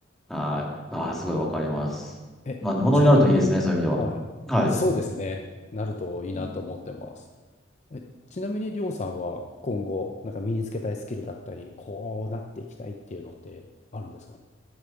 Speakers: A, in the centre; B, on the left.
A: はい。ああ、すごいわかります。
B: え、
A: まあ、ものになるといいですね、
B: ちなみに、
A: そういう意味では。
B: はい。
A: はい。
B: そうですね。なるといいなと思ってます。
A: うん
B: え、ちなみに、りょうさんは今後、なんか身につけたいスキルだったり、こうなっていきたいっていうのってあるんですか